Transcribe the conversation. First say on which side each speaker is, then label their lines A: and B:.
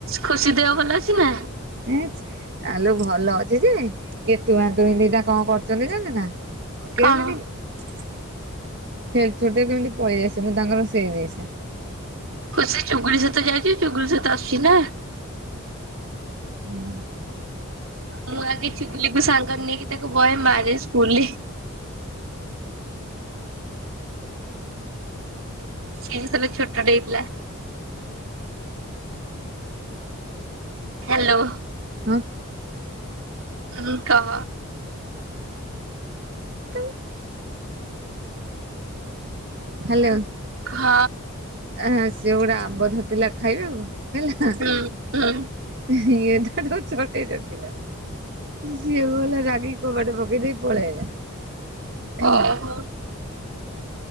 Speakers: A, on the right; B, on the right.
A: ଖୁସି ଦେହ ଭଲ ଅଛି ନା?
B: ଏଚ୍ ଆଲୋ ଭଲ ଅଛି ଯେ ଏ ଟୁଆଁ ଟୁଇଁ ଦିଟା କଣ କରୁଛନ୍ତି ଜାଣିଚୁ ନାଁ। କେମିତି
A: କଣ?
B: ଖେଳିଛୁଟି ରେ କେମିତି ପଳେଇ ଆସିବୁ ତାଙ୍କର ସେଇ ନିଶା।
A: ଖୁସି ଚୁଗୁଳି ସହିତ ଯାଉଚି ଚୁଗୁଳି ସହିତ ଆସୁଛି ନାଁ।
B: ହୁଁ।
A: ମୁଁ ଆଗେ ଚୁଗୁଲି କୁ ସାଙ୍ଗରେ ନେଇକି ତାକୁ ବହେ ମାରେ ସ୍କୁଲରେ। ସିଏ ଯେତେବେଳେ ଛୋଟ ଟେ ହେଇଥିଲା। ହ୍ୟାଲୋ।
B: ହଁ।
A: ହୁଁ କହ।
B: ତ ହ୍ୟାଲୋ।
A: କହ
B: ଆ ସିଏ ଗୋଟେ ଆମ୍ବ ଧରିଥିଲା ଖାଇବାକୁ ହେଲା।
A: ହୁଁ ହୁଁ
B: ଇଏ ତାକୁ ଛଡେଇ ରଖିଲା। ସିଏ ଭଲା ରାଗି କବାଟ ପକେଇ ଦେଇ ପଳେଇଲା। ହେଲା।
A: ଓଁ ହୋ।